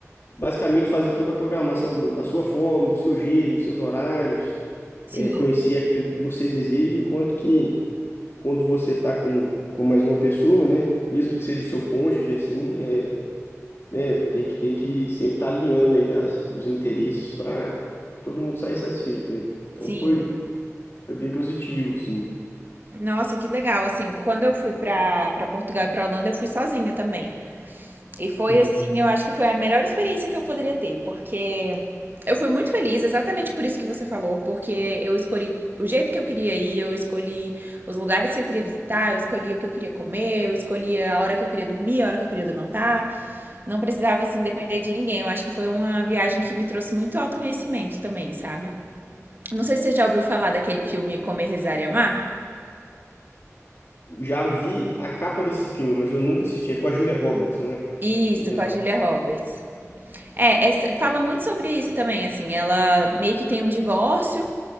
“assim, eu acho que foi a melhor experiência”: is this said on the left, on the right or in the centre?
Right